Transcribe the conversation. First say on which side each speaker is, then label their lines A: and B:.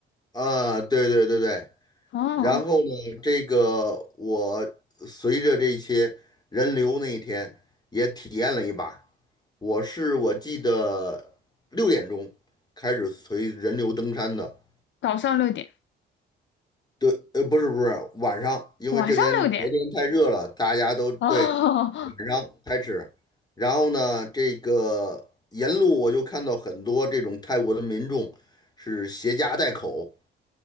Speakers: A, on the left (about 20°); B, on the left (about 70°).
A: 啊，对对对对，
B: 哦，
A: 然后呢，这个我随着这些人流那一天也体验了一把，我是我记得六点钟开始随人流登山的。
B: 早上六点，
A: 对，呃，不是不是，晚上，因为这边白天太热了，
B: 晚上六点，
A: 大家都对晚上开始。
B: 哦
A: 然后呢，这个沿路我就看到很多这种泰国的民众是携家带口，